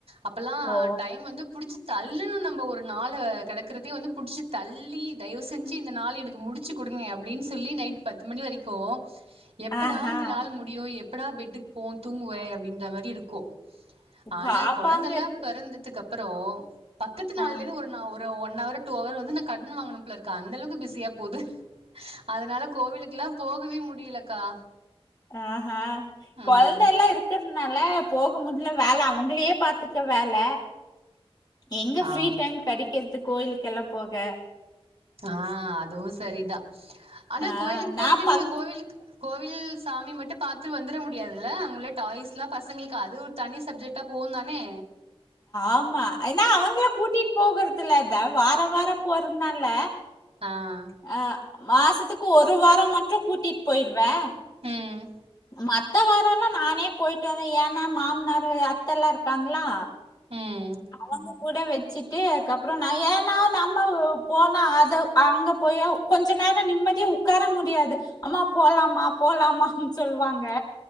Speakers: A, on the right (about 75°); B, on the left (about 40°).
A: அப்ல்லா
B: ஓ!
A: டைம் வந்து புடிச்சி தள்ளணு நம்ம ஒரு நாள கிடக்கறதையே வந்து பிடிச்சி தள்ளி தயவு செஞ்சு இந்த நாள் எனக்கு முடிச்சு கொடுங்க அப்டின்னு சொல்லி நைட் பத்து மணி வரைக்கு எப்படா
B: ஆஹா!
A: இந்த நாள் முடியு எப்படா பெட்டுக்கு போவோ தூங்குவே அப்டின்ற மாரி இருக்கு ஆனா
B: பாப்பாங்க
A: குழந்தைல்லா
B: இருக்கு.
A: பொறந்ததுக்கு அப்றோ பக்கத்து நாள்ல
B: ஆ
A: ஒரு அவர் டூ அவர் வந்து நா கடன் வாங்கினும்னுல இருக்க அந்தளவுக்கு பிஸியா போது அதனால கோவிலுக்ககெல்லா போகவே முடியலக்கா
B: ஆஹ் ஹ
A: ம்
B: குழந்த எல்லா இருக்கிறதுனால போகும் முடில வேல அவங்களே பாத்துக்கா வேல எங்க ஃப்ரீ
A: ஆம்
B: டைம் படிக்கிறதோகோ கோயிலுக்கெல்லா போக
A: ஆஹ் அதுவு சேரிதா ஆனா
B: ஆ
A: கோவிலுக்கு
B: நான்
A: போயிட்டு
B: பக்
A: நீங்க கோவிலுக்கு கோவில் சாமி மட்டு பாத்துட்டு வந்துட முடியாது ல அவங்கள்ள டாய்ஸ் எல்லா பசங்களுக்கு அது தனி சப்ஜெக்டா போகு தானே
B: ஆமா ஏன்னா அவங்கள கூட்டிட்டு போகறதுலா வாரம் வாரம் போறந்தான்ல
A: ஆஹ்
B: ஆஹ் மாசத்துக்கு ஒரு வாரம் மட்டு கூட்டிட்டு போயிடுவே
A: ம்
B: மத்த வாரம் எல்லா நானே போயிட்டு வந்தே ஏன்ன மாமனார் அத்த எல்லா இருக்காங்களா
A: ம்
B: அவங்க கூட வச்சுட்டு அதுக்கப்றோ நா ஏனா நம்ம போனா அத அங்க போயா கொஞ்ச நேரோ நிம்மதியா உக்கார முடியாது அம்மா போலாமா போலாமான் சொல்வாங்க